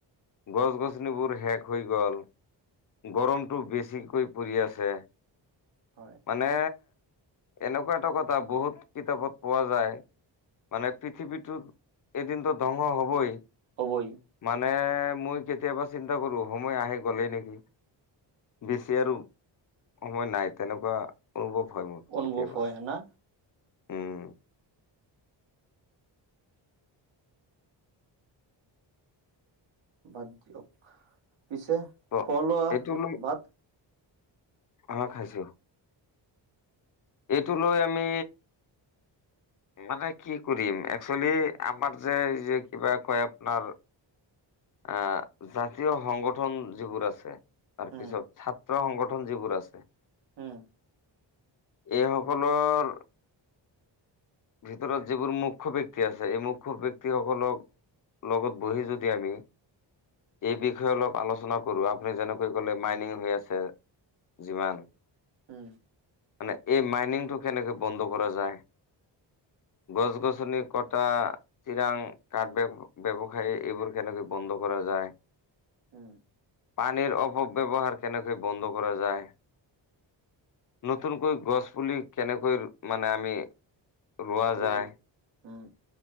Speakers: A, on the left; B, on the right.
A: গছ গছনিবোৰ শেষ হৈ গল। গৰমটো বেছিকৈ পৰি আছে
B: হয়
A: মানে এনেকোৱা এটা কথা বহুত কিতাপত পোৱা যায়। মানে পৃথিৱীটো এদিনতো ধ্বংস হ'বই
B: হ'বই
A: মানে মই কেতিয়াবা চিন্তা কৰো সময় আহে গ'লেই নেকি বেছি আৰু সময় নাই তেনেকোৱা অনুভৱ হয় মোৰ
B: অনুভৱ
A: কেতিয়াবা
B: হয় হনা
A: উম
B: বাদ দিয়ক পিছে
A: ত'
B: খোৱা লোৱা
A: এইটো লৈ
B: ভাত
A: হা খাইছো এইটো লৈ আমি
B: <inaudible>
A: মানে কি কৰিম একচেলি আমাৰ যে যে কিবা কয় আপোনাৰ আহ জাতীয় সংগঠন যিবোৰ আছে তাৰপিছত
B: উম
A: ছাত্ৰ সংগঠন যিবোৰ আছে
B: হম
A: এইসকলৰ ভিতৰত যিবোৰ মুখ্য ব্যক্তি আছে এই মুখ্য ব্যক্তিসকলক লগত বহি যদি আমি এই বিষয়ে অলপ আলোচনা কৰো আপুনি যেনেকৈ কলে মাইনিং হৈ আছে যিমান
B: উম
A: মানে এই মাইনিং টো কেনেকে বন্ধ কৰা যায়
B: <unintelligible>
A: গছ গছনি কটা, চিৰাং কাঠ ব্যৱসায়ী এইবোৰ কেনেকৈ বন্ধ কৰা। যায়।
B: উম।
A: পানী অপব্যৱহাৰ কেনেকৈ বন্ধ কৰা যায়। নতুনকৈ গছ পুলি কেনেকৈ মানে আমি ৰোৱা
B: ৰুল
A: যায়।
B: উম।